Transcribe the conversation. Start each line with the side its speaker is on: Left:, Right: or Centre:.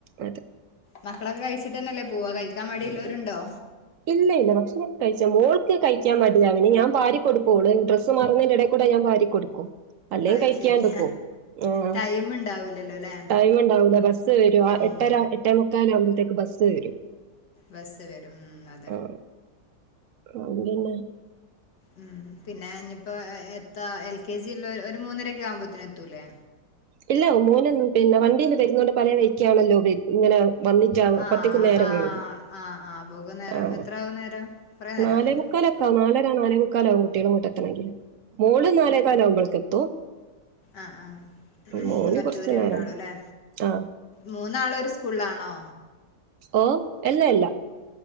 Right: അതെ.
Left: മക്കളൊക്കെ കഴിച്ചിട്ടന്നല്ലേ പോവാ. കഴിക്കാൻ മടിള്ളോരുണ്ടൊ?
Right: ഇല്ല ഇല്ല ഭക്ഷണൊക്കെ കയ്ച്ച മോൾക്ക് കഴിക്കാൻ മടിയാ. പിന്നെ ഞാൻ വാരി കൊട്ക്കും. ഓള് ഡ്രസ്സ് മാറുന്നേൻ്റെ എടേക്കുടെ അല്ല ഞാൻ വാരി കൊടുക്കും. അല്ലേ
Left: അത്
Right: കഴിക്കാണ്ട്
Left: ശരി
Right: പോവും ആ
Left: ടൈം ഉണ്ടാവൂലല്ലോ അല്ലേ
Right: ടൈമ്ണ്ടാവുലാ ബസ് വരും.
Left: ഉം
Right: ആറെ എട്ടര എട്ടേമുക്കാലാവുമ്പത്തേക്ക് ബസ് വരും.
Left: ബസ് വരും മം.
Right: ആ ആ പിന്നെ.
Left: ഉം പിന്നെ ഇനിപ്പോ എത്ത എൽ കെ ജി ഉള്ള ഒരു മൂന്നരക്കെ ആവുമ്പോത്തന എത്തൂലേ?
Right: ഇല്ല മോനേ പിന്നെ വണ്ടിൽ വരുന്നണ്ട് പല വഴിക്കയാണല്ലോ വ ഇങ്ങനെ വന്നിട്ടാ
Left: ആഹ്
Right: പത്തിക്ക നേരം
Left: ആഹ്
Right: വീഴു
Left: ആഹ് ആഹ് പോകും നേരം
Right: ആഹ
Left: എത്ര ആവും നേരം കുറേ നേരാവോ
Right: നാലേമുക്കാലൊക്കാ നാലര നാലേ മുക്കാലാവും കുട്ടിയാൾ ഇങ്ങട്ടെത്തണെങ്കില്. മോള് നാലേകാല ആവുമ്പോൾക്ക എത്തും.
Left: ആഹ ആഹ
Right: മോന്
Left: മറ്റൂര്
Right: കുറച്ചു നേരം
Left: രണ്ടാളുല്ലേ
Right: ആ
Left: മൂന്നാള ഒരു സ്കൂളാണോ?
Right: ഓ എല്ല എല്ല.